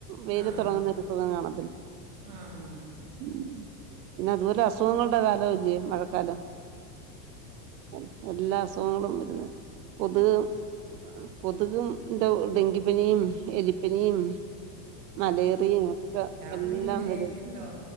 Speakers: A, on the right; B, on the right.
A: വെയിലത്ത്
B: ആഹ്
A: ഒണങ്ങുന്ന ഒരു സുഖം കാണ
B: ആഹ്
A: ഉം പിന്നെ അതുപോലെ അസുഖങ്ങള്ടെ കാലമല്ലേ മഴക്കാലം ആഹ് എല്ലാ അസുഖങ്ങളും വരുന്നെ കൊതുക് ഉം ആഹ് കൊതുകും ഇണ്ടാവും ഡെങ്കിപ്പനിയും എലിപ്പനിയും മലേറിയയും ഒക്കെ എല്ലാം
B: കൂടിങ്ങ് വെര്യാണല്ലോ
A: വരും.